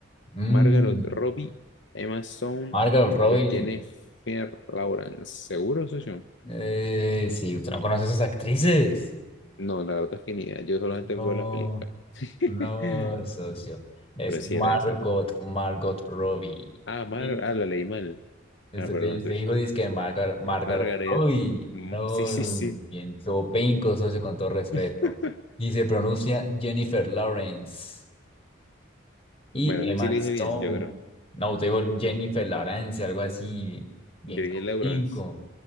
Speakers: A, on the left; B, on the left.
A: Mm,
B: Margaret Robbie, Emma Stone
A: Margot Robbie.
B: o Jennifer Lawrence. ¿Seguro, socio?
A: Eh, sí, usted no conoce a esas actrices.
B: No, la verdad es que ni idea. Yo solamente
A: No,
B: veo las películas. <laughs>
A: no, socio. Es
B: Pero si
A: Margot,
B: era esa.
A: Margot Robbie.
B: Ah, Mar,
A: Sí,
B: ah, la leí mal.
A: Usted,
B: Ah, perdón,
A: usted
B: socio.
A: dijo dizque Margot, Margot
B: Margaret.
A: Robbie.
B: Mm,
A: No,
B: <laughs> Sí, sí, sí.
A: bien, todo pinco, socio, con todo respeto.
B: <laughs>
A: Y se pronuncia Jennifer Lawrence y
B: Bueno, ese
A: Emma
B: sí
A: Stone.
B: le dije bien, yo creo.
A: No, usted dijo Jennifer Lawrence, algo así, bien, bien,
B: Yo
A: todo
B: dije Lawrence.
A: pinco.